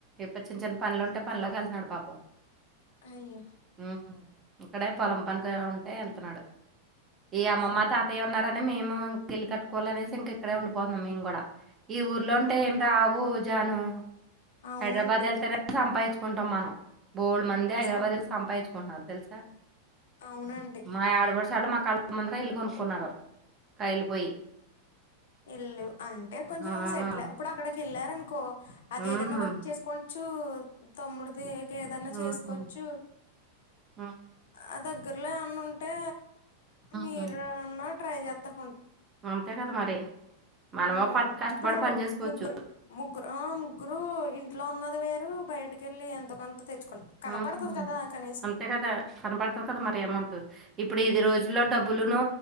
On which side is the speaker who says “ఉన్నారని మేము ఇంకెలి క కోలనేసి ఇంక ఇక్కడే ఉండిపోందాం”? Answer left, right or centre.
Right